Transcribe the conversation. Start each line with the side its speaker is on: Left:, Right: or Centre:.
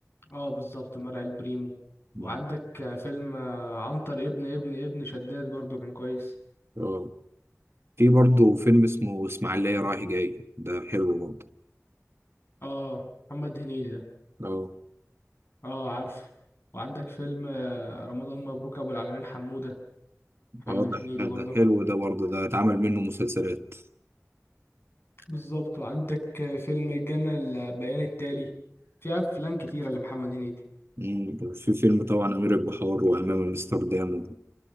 Left: اه بالظبط مرعي البريمو
Right: مم.
Left: وعندك فيلم آه، عنتر ابن ابن ابن شداد برضو كان كويس
Right: اه في برضه فيلم اسمه إسماعيلية رايح جاي ده حلو برضه
Left: اه محمد هنيدي ده
Right: اه
Left: اه عارف وعندك فيلم آه، رمضان مبروك ابو العالمين حمودة محمد
Right: اه
Left: هنيدي
Right: ده ده
Left: برضو
Right: ده حلو ده برضه ده اتعمل منه مسلسلات
Left: بالظبط وعندك فيلم الجنة البيان التالي في أفلام كتيرة لمحمد هنيدي
Right: مم، في فيلم طبعا أمير البحار وأمام أمستردام